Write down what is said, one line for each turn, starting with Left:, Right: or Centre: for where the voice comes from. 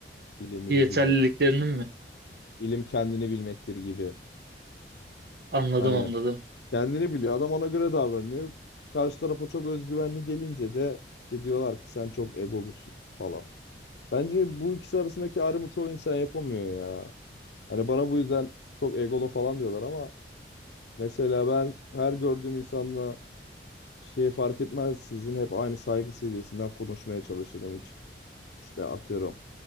Left: ilim
Right: Yeterliliklerinin
Left: ilim bilmek,
Right: mi?
Left: ilim kendini bilmektir gibi.
Right: Anladım
Left: Hani
Right: anladım.
Left: kendini biliyor adam ona göre davranıyor. Karşı tarafa çok özgüvenli gelince de işte diyorlar ki sen çok egolusun falan. Bence bu ikisi arasındaki ayrımı çoğu insan yapamıyor ya. Hani bana bu yüzden çok egolu falan diyorlar ama mesela ben her gördüğüm insanla şey fark etmez sizin hep aynı saygı seviyesinden konuşmaya çalışırım hiç. İşte atıyorum